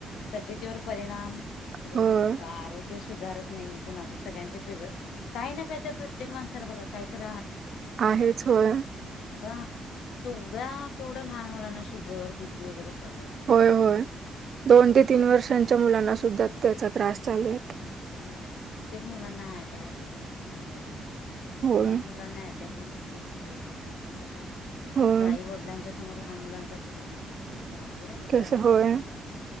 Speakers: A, on the left; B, on the right.
A: तब्येवर परिणाम
B: होय
A: आरो <inaudible> सुधारत नाही कुणाच सगळ्यांचे बेगडं काही ना काही तर प्रत्येक माणसाला बघा कायत आहे
B: <inaudible> आहेच होय
A: <inaudible> आता केवढ्या केवढ्या लहान मुलांना शुगर बीपी वगैरे चालू
B: <inaudible>
A: आहेत
B: होय होय दोन
A: आता
B: ते
A: कित्येक
B: तीन वर्षांच्या मुलांना सुद्धा त्याचा त्रास चालू आहेेत
A: <inaudible> हो होय कित्येक मुलांना आहे <inaudible> अटॅक वगैरे किती झालेले आहेत
B: होय
A: लहान मुलांना अटॅक होन त्यांची डेथ होतय मग आता <inaudible> ल
B: होय
A: अस आई वडलांच्या समोर लहान मुलांचं असं झालं कसं पाहिचं <inaudible> अवघडा आहे
B: कसं
A: जगात
B: होय
A: आता